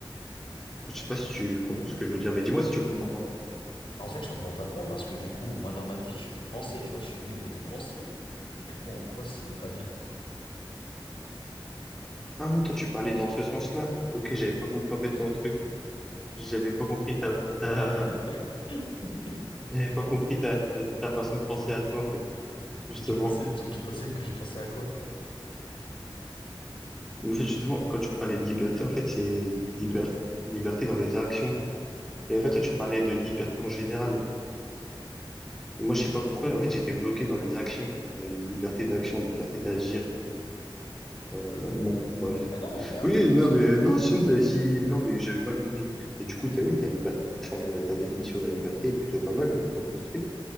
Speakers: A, in the centre; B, on the left (about 75°).
A: Enfin, je sais pas si tu comprends ce que je veux dire, mais dis-moi si tu comprends pas.
B: En fait, je comprends pas trop parce que du coup, moi, dans ma tête, je peux penser, tu vois, je suis libre de penser. Mais du coup, en quoi c'est pas bien?
A: Ah, toi, tu parlais dans ce sens-là. Ok, j'avais pas compris en fait ton truc. J'avais pas compris ta, ta,
B: <laughs>
A: j'avais pas compris ta, ta, ta façon de penser à toi, en fait, justement.
B: Tu pensais, tu, tu pensais que je pensais à quoi?
A: En fait, justement, quand tu me parlais de liberté, en fait, c'est liber- liberté dans les actions. Et en fait, toi, tu parlais de liberté en général. Et moi, je sais pas pourquoi, en fait, j'étais bloqué dans les actions. Euh, liberté d'action, liberté d'agir. Euh, bon, bref.
B: Ah non, mais après,
A: Oui,
B: tout
A: non,
B: ce qui
A: mais
B: est...
A: non, sinon, t'as- si, non, mais j'avais mal compris. Mais du coup, t'as, oui, ta liberté, enfin, ta définition de la liberté est plutôt pas mal et bien construite.